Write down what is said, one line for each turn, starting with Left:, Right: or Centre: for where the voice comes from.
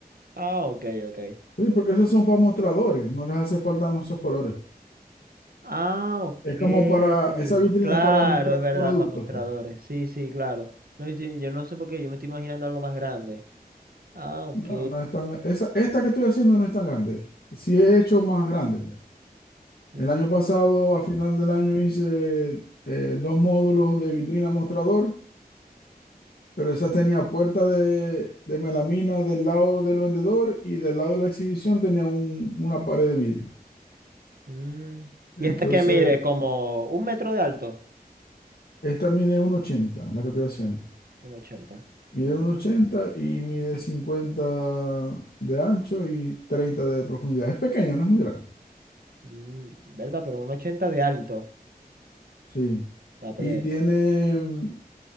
Right: Ah, ok, ok.
Left: Sí, porque esos son para mostradores, no les hace falta esos colores.
Right: Ah, ok.
Left: Es como para, esa vitrina
Right: Claro,
Left: es para mostrar
Right: es verdad,
Left: productos,
Right: para mostradores.
Left: pues.
Right: Sí, sí, claro. No, yo, estoy- yo no sé por qué, yo me estoy imaginando algo más grande. Ah, ok.
Left: No, no es tan. Esa, esta que estoy haciendo no es tan grande. Sí he hecho más grande. pues.
Right: Mm,
Left: El año pasado, a final del año, hice eh, dos módulos de vitrina mostrador, pero esa tenía puerta de, de melamina del lado del vendedor y del lado de la exhibición tenía un- una pared de vidrio.
Right: mm.
Left: Entonces,
Right: ¿Y esta que mide? ¿Como un metro de alto?
Left: esta mide uno ochenta la que estoy haciendo.
Right: Un ochenta.
Left: Mide
Right: Un och-
Left: uno ochenta y mide 50 de ancho y 30 de profundidad. Es pequeña, no es muy grande.
Right: Mm, ¿verdad? Pero un ochenta de alto.
Left: Sí.
Right: la pre
Left: Y tiene